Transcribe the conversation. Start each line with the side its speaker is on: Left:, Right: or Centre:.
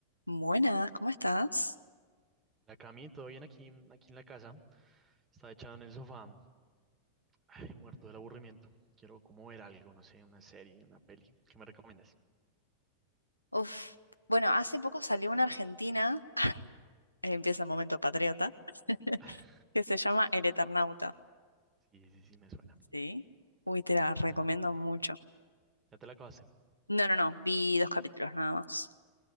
Left: Buenas, ¿cómo estás?
Right: Hola Cami, ¿todo bien aquí, aquí en la casa? Estaba echado en el sofá, ay, muerto del aburrimiento. Quiero como ver algo, no sé, una serie, una peli. ¿Qué me recomiendas?
Left: Uf. Bueno, hace poco salió una argentina, <laughs> empieza el momento patriota, <laughs>
Right: <laughs>
Left: que se llama El Eternauta.
Right: Sí, sí, sí, me suena.
Left: Sí. Uy, te la recomiendo
Right: Ujú,
Left: mucho.
Right: Ya te la acabaste.
Left: No, no, no, vi dos capítulos nada más,